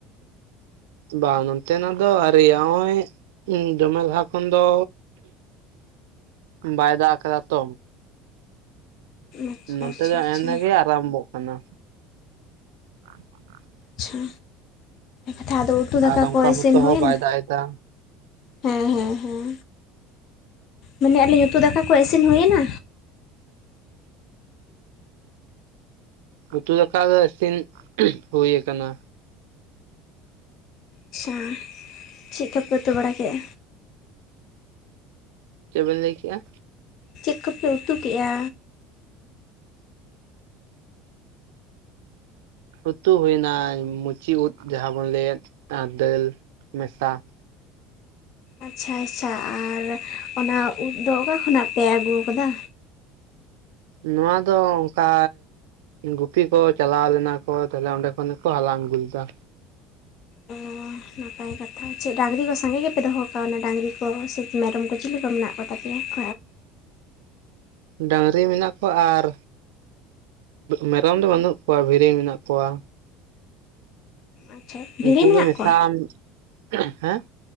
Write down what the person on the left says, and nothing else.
ᱟᱪᱪᱷᱟ
ᱟᱪᱪᱷᱟ
ᱟᱪᱪᱷᱟ
ᱟᱪᱷᱟ ᱠᱟᱛᱷᱟ ᱟᱫᱚ ᱩᱛᱩ ᱫᱟᱠᱟ
ᱠᱚ
ᱤᱥᱤᱱ
ᱦᱩᱭ
ᱮᱱᱟ?
ᱦᱮᱸ ᱦᱮᱸ ᱦᱮᱸ ᱢᱮᱱᱟᱞᱤᱧ ᱩᱛᱩ ᱫᱟᱠᱟ ᱠᱚ ᱤᱥᱤᱱ ᱦᱩᱭᱱᱟ?
ᱟᱪᱷᱟ ᱪᱤᱜ ᱠᱚᱯᱮ ᱩᱛᱩ ᱵᱟᱲᱟ ᱠᱮᱜ-ᱟ?
ᱪᱮᱫ ᱠᱚᱯᱮ ᱩᱛᱩ ᱠᱮᱜᱼᱟ?
ᱟᱪᱷᱟ ᱟᱪᱷᱟ ᱟᱨ ᱚᱱᱟ ᱩᱫ ᱫᱚ ᱚᱠᱟ ᱠᱷᱚᱱᱟᱜ ᱯᱮ ᱟᱹᱜᱩ ᱟᱠᱟᱫᱟ?
<unintelligible> ᱱᱟᱯᱟᱭ ᱠᱟᱛᱷᱟ ᱪᱮᱫ ᱰᱟᱹᱝᱨᱤ ᱠᱚ ᱥᱟᱸᱜᱮ ᱜᱮᱯᱮ ᱫᱚᱦᱚ ᱠᱟᱣᱱᱟ ᱰᱟᱹᱝᱨᱤ ᱠᱚ ᱥᱮ ᱢᱮᱨᱚᱢ ᱠᱚ ᱪᱤᱞᱤ ᱠᱚ ᱢᱮᱱᱟᱜ ᱠᱚ ᱛᱟᱯᱮᱭᱟ? <inaudible>
ᱟᱪᱪᱷᱟ ᱵᱷᱤᱲᱤ
ᱢᱮᱱᱟᱜ
ᱠᱚᱣᱟ